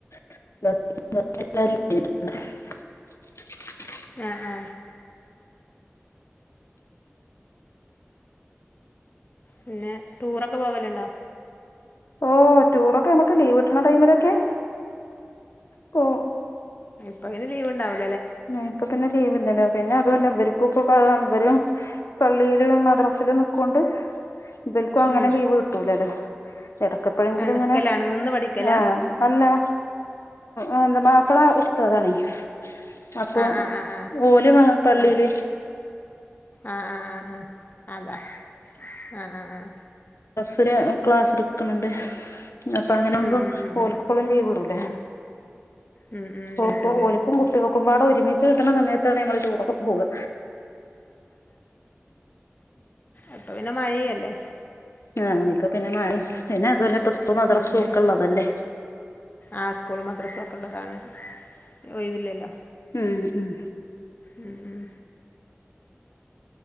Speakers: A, on the left; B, on the left.
A: <inaudible>
B: ആഹ് ആ. പിന്നെ ടൂറൊക്കെ പോകലുണ്ടോ
A: ഓഹ് ടൂറൊക്കെ നമ്മുക്ക് ലീവ് കിട്ടണ ടൈമിലൊക്കെ പോ
B: അപ്പ അങ്ങനെ ലീവ്ണ്ടാവും
A: ഇപ്പൊ തന്നെ ലീവില്ലല്ലോ പിന്നെ അതുല്ല വര് <unintelligible> ഇവര് പള്ളിയിലും മദ്രസിലും നിക്കൊണ്ട് ഇബൽക്കും അങ്ങനെ
B: ഉം
A: ലീവ് കിട്ടൂലല്ലോ എടക്കപ്പോഴെങ്കിലും
B: ആഹ് നിക്കലാണ്
A: ഇങ്ങനെ
B: നിന്ന് പഠിക്കലാ
A: ആഹ് അല്ലാ ആഹ് മാപ്പള ഉസ്താതാണേയ് അപ്പൊ
B: ആഹ് ആഹ് ആഹ്
A: ഓല് വാ പള്ളീല്
B: ആഹ് ആഹ് ആഹ് ആഹ് ആഹ് അതാ ആഹ് ആഹ് ആഹ്
A: ഇവര് ക്ലാസ് ട്ക്ക്‌ ക്ണുണ്ട്, അപ്പൊ അങ്ങനാവുമ്പോ
B: ഉം ഉം ഉം
A: ഓൽക്പ്പളും
B: ഉം
A: ലീവുടൂലേ.
B: ഉം ഉം ഉം നീട്ടൂല
A: ഓക്കും ഓൽക്കും
B: അത് ശരിയാ
A: കുട്ടീൾക്കുംമ്പാടോ ഒരുമി ച് കിട്ട്നാ സമയത്താണ് ഞങ്ങള് ടൂറൊക്കെ പോവ്വാ.
B: അപ്പൊ പിന്നെ മഴിയല്ലേ.
A: ആഹ്, ഇപ്പൊ പിന്നെ മയിം പിന്നെ അതുല്ലാ പ്പൊ സ്കൂള് മദ്രസും
B: ഉം ഉം
A: ഒക്കെ ള്ളതല്ലേ
B: ആഹ്, സ്കൂൾ മദ്രസ ഒക്കെ ഉള്ളതാണ് ഒഴുവില്ലല്ലോ.
A: ഉം ഉം
B: ഉം ഉം